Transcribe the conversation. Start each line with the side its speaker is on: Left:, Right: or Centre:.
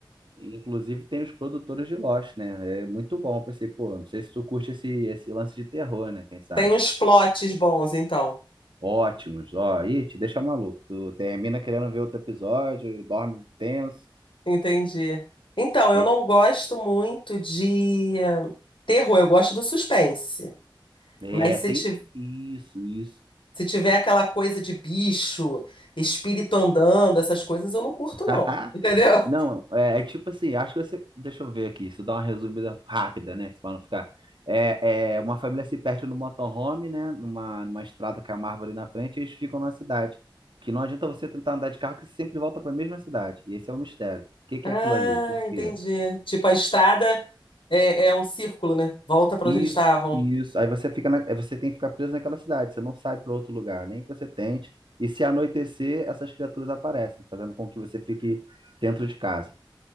Right: E, Inclusive tem os produtores de Lost, né? É muito bom. Eu pensei, pô, não sei se tu curte esse, esse lance de terror, né? Quem sabe?
Left: tem uns plots bons, então.
Right: Ótimos. Ó, ih, te deixa maluco. Tu termina querendo ver outro episódio, dorme tenso.
Left: Entendi. Então, eu
Right: Tem
Left: não
Right: que...
Left: gosto muito de eh, terror, eu gosto do suspense.
Right: É,
Left: Mas se,
Right: tem
Left: ti-
Right: isso, isso.
Left: se tiver aquela coisa de bicho, espírito andando, essas coisas, eu não curto,
Right: <laughs>
Left: não. Entendeu?
Right: Não, é, é tipo assim, acho que você. Deixa eu ver aqui, se eu dar uma resumida rápida, né? Pra não ficar. É, é, uma família se perde no motorhome, né? Numa, numa estrada que é uma árvore na frente, e eles ficam na cidade. Que não adianta você tentar andar de carro, que você sempre volta para a mesma cidade. E esse é o mistério. O que que
Left: Ah,
Right: é aquilo ali? Por
Left: entendi.
Right: quê?
Left: Tipo, a estrada é, é um círculo, né? Volta pra
Right: Isso,
Left: onde eles estavam.
Right: isso. Aí você fica na, aí você tem que ficar preso naquela cidade, você não sai para outro lugar, nem que você tente. E se anoitecer, essas criaturas aparecem, fazendo com que você fique dentro de casa.